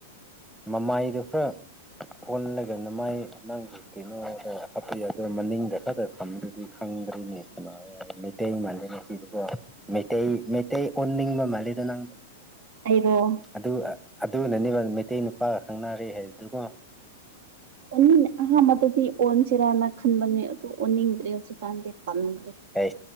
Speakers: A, in the centre; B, on the right.
A: ꯃꯃꯥꯏꯗꯣ ꯈꯔ ꯑꯣꯜꯂꯒꯗꯅ ꯃꯥꯏ ꯅꯪꯒꯤ ꯀꯩꯅꯣꯗ ꯍꯥꯞꯄꯤ ꯑꯗꯨꯅ ꯃꯅꯤꯡꯗ ꯈꯔꯛꯇ ꯊꯝꯕꯗꯨꯗꯤ ꯈꯪꯗ꯭ꯔꯤꯅꯤ ꯃꯩꯇꯩ ꯃꯜꯂꯤꯅꯦ ꯁꯤꯗꯤꯀꯣ ꯃꯩꯇꯩ ꯃꯩꯇꯩ ꯑꯣꯟꯅꯤꯡꯕ ꯃꯥꯜꯂꯤꯗ ꯅꯪ
B: ꯑꯩꯩꯔꯣ
A: ꯑꯗꯨ ꯑꯗꯨꯅꯅꯦꯕ ꯃꯩꯇꯩ ꯅꯨꯄꯥꯒ ꯈꯪꯅꯔꯦ ꯍꯥꯏꯗꯨꯒꯣ
B: ꯑꯣꯅꯤꯡ ꯑꯍꯥꯟꯕꯗꯗꯤ ꯑꯣꯟꯁꯤꯔꯥꯅ ꯈꯟꯕꯅꯦ ꯑꯗꯨ ꯑꯣꯟꯅꯤꯡꯗ꯭ꯔꯦ ꯍꯧꯖꯤꯛꯀꯥꯟꯗꯤ ꯄꯟꯈ꯭ꯔꯦ
A: ꯍꯦ